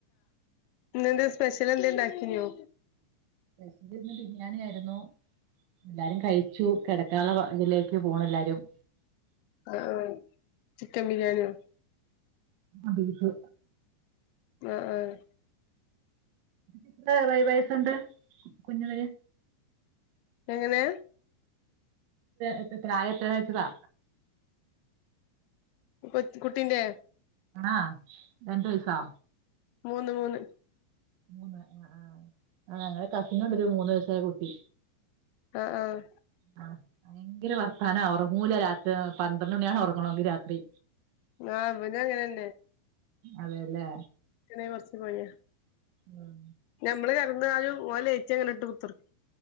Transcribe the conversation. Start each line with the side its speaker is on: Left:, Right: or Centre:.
Left: ഇന്നെന്ത്‌ സ്പെഷ്യല് എന്തെണ്ടാക്കിഞ്യോ
Right: സ്‌പെഷല്ന്ന് ബിര്യാണി യായിരുന്നു എല്ലാരും കഴിച്ചു കെടക്കാള്ള പ ഇതിലേക്ക് പോണ് എല്ലാരും
Left: ആഹ് ചിക്കൻ ബിരിയാണിയോ
Right: ആഹ് ബീഫ്
Left: ആഹ് ആഹ്
Right: എത്ര വയ വയസുണ്ട് കുഞ്ഞതിന്
Left: എങ്ങെനെ
Right: എത്ര പ്രായ എത്ര ചോയിച്ചതാ
Left: കൊച്ച് കുട്ടീന്റെ
Right: ആഹ് രണ്ട് വയസാ
Left: മൂന്ന് മൂന്ന്
Right: മൂന്ന് ആഹ് ആഹ് ആ ഞങ്ങടെ കസിനുമുണ്ടൊരു മൂന്ന് വ യസായ കുട്ടി
Left: ആഹ് ആഹ്
Right: ആ ഭയങ്കര വർത്താനവാ ഒറങ്ങൂല രാത്രി പന്ത്രണ്ട് മണിയാകും ഒറങ്ങണോങ്കി രാത്രി
Left: ആ ഇവനും അങ്ങനെ തന്നെ
Right: അതെ അല്ലേ
Left: ഇവന് കൊറച്ച് പണിയാ
Right: ഉം
Left: ഞമ്മള് കെ ടന്നാലും ഓൻ ലൈറ്റങ്ങനെ ഇട്ട് വെക്കല്